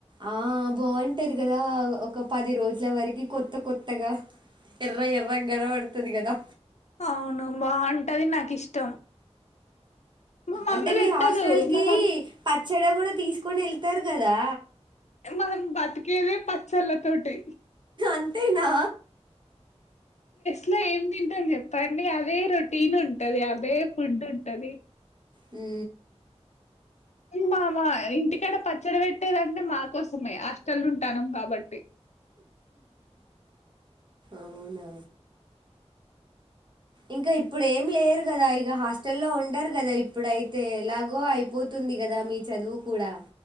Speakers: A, on the right; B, on the left.
A: ఆ బాగుంటది కదా ఒక పది రోజుల వరకి కొత్త కొత్తగా ఎర్ర ఎర్రగ కనబడత కది కదా
B: అవును బాగుంటది నాకు ఇష్టం మా మమ్మీ
A: అంటే మీ
B: పెట్టదు
A: హాస్టల్ కి
B: మా మమ్
A: పత్ చెడ కూడా తీసుకొని వెళ్తారు కదా
B: మం బతికేది పచ్చళ్ళ తోటి
A: అంతేనా
B: ఇట్లా ఏం తింటని చెప్పండి అదే రొటీన్ ఉంటది అదే ఫుడ్ ఉంటది
A: హు
B: బమా ఇంటికాడ పచ్చడి పెట్టేదంటే మా కోసమే హాస్టల్ ఉంటానుం కాబట్టి
A: అవునా ఇంకా ఇప్పుడు ఏమి లేరు కదా ఇక హాస్టల్లో ఉండరు కదా ఇప్పుడయితే ఎలాగో అయిపోతుంది కదా మీ చదువు కూడా